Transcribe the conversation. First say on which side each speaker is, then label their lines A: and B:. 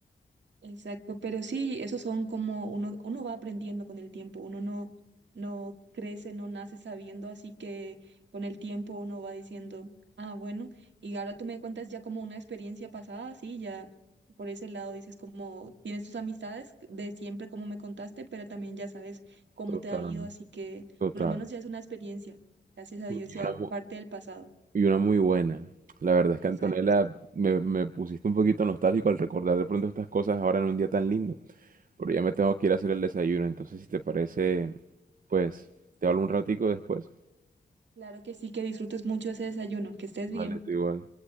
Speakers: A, on the right; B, on the right.
A: exacto. Pero sí, esos son como uno, uno va aprendiendo con el tiempo, uno no, no crece, no nace sabiendo, así que con el tiempo uno va diciendo, ah, bueno, y ahora tú me cuentas ya como una experiencia pasada, sí, ya por ese lado dices como tienes tus amistades de siempre como me contaste, pero también ya sabes cómo
B: Total.
A: te ha ido, así que
B: Total.
A: por lo menos ya es una experiencia. Gracias a Dios,
B: Y
A: ya
B: una, mu-
A: parte del pasado.
B: Y una muy buena. La verdad es
A: Exacto.
B: que Antonella, me, me pusiste un poquito nostálgico al recordar de pronto estas cosas ahora en un día tan lindo. Pero ya me tengo que ir a hacer el desayuno. Entonces, si te parece, pues te hablo un ratico después.
A: Claro que sí, que disfrutes mucho ese desayuno, que estés
B: Vale,
A: bien.
B: tú igual.